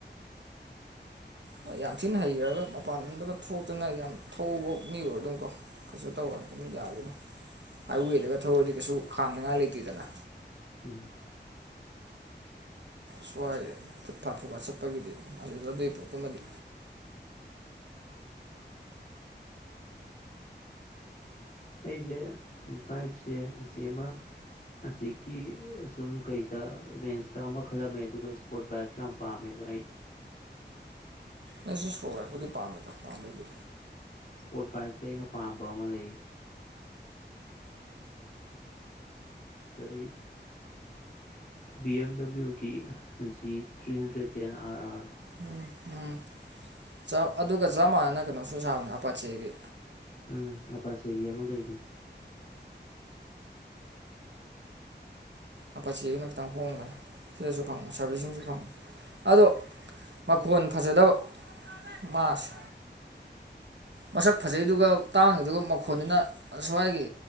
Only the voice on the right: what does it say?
ꯍꯣꯏ ꯌꯥꯝ ꯊꯤꯅ ꯍꯩꯒ꯭ꯔꯒ ꯃꯄꯥꯟ ꯂꯣꯝꯗꯒ ꯊꯣꯛꯇꯅ ꯌꯥꯝ ꯊꯧꯕ ꯃꯤ ꯑꯣꯏꯔꯗꯨꯝꯀꯣ ꯀꯩꯁꯨ ꯇꯧꯔꯣꯢ ꯑꯗꯨꯝ ꯌꯥꯒꯅꯤ ꯍꯥꯏꯋꯦꯗꯒ ꯊꯧꯔꯗꯤ ꯀꯩꯁꯨ ꯈꯥꯝꯅꯤꯉꯥꯏ ꯂꯩꯇꯦꯗꯅ
ꯁꯋꯥꯏꯒꯤ ꯐꯨꯠ ꯐꯥꯠ ꯐꯨꯐꯥꯠ ꯆꯠꯄꯒꯤꯗꯤ ꯑꯗꯨ ꯑꯗꯨꯒꯤ ꯄꯣꯠꯇꯨꯃꯗꯤ
ꯑꯩꯁꯨ ꯏꯁ꯭ꯄꯣꯔꯠ ꯕꯥꯏꯛ
ꯄꯨꯗꯤ ꯄꯥꯝꯃꯦꯗ ꯄꯥꯝꯕꯩꯗꯤ
ꯎꯝ ꯎꯝ ꯑꯗꯨꯒ ꯆꯞ ꯑꯗꯨꯒꯥ ꯃꯥꯟꯅꯅ ꯀꯩꯅꯣꯁꯨ ꯁꯥꯕꯅꯦ ꯑꯄꯥꯆꯦꯒꯤ
ꯑꯄꯥꯠꯆꯦꯒꯤꯗꯨꯅ ꯈꯤꯇꯪ ꯍꯣꯡꯒꯅꯤ ꯁꯤꯗꯁꯨ ꯐꯪꯉ ꯁꯥꯔꯚꯤꯁꯁꯤꯡꯁꯨ ꯐꯪ ꯑꯗꯣ ꯃꯈꯣꯟ ꯐꯖꯗꯕ ꯃꯥꯁꯦ ꯃꯁꯛ ꯐꯖꯩꯗꯨꯒ ꯇꯥꯡꯉꯤꯗꯨꯒ ꯃꯈꯣꯟꯗꯨꯅ ꯑꯁ꯭ꯋꯥꯏꯒꯤ